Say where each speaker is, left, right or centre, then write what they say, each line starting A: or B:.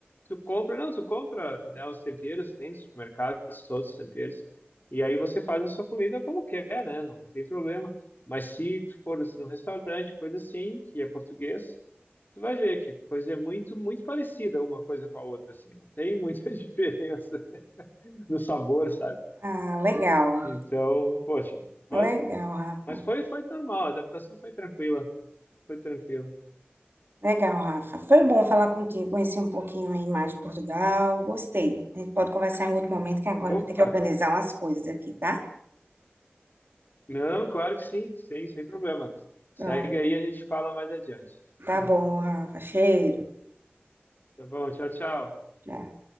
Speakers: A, on the left (about 55°); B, on the right (about 65°).
A: tu compra, não, tu compra, né, os temperos, tem no supermercado todos os temperos. E aí você faz a sua comida como quer, né? Não tem problema. Mas se tu for num restaurante, coisa assim, que é português, tu vai ver que a coisa é muito, muito parecida uma coisa com a outra, assim. Não tem muita <laughs> diferença no sabor, sabe?
B: ah, legal.
A: Então, poxa, mas,
B: Legal, Rafa.
A: mas foi, foi normal, a adaptação foi tranquila, foi tranquila.
B: Legal, Rafa. Foi bom falar contigo, conhecer um pouquinho aí mais
A: Uhum.
B: de Portugal. Gostei. A gente pode conversar em outro momento, que agora eu
A: Opa!
B: vou ter que organizar umas coisas aqui, tá?
A: Não, claro que sim, sim, sem problema. Segue
B: Pronto.
A: aí, a gente fala mais adiante.
B: Tá
A: Uhum.
B: bom, Rafa. Cheiro.
A: Tá bom, tchau, tchau.
B: Tchau.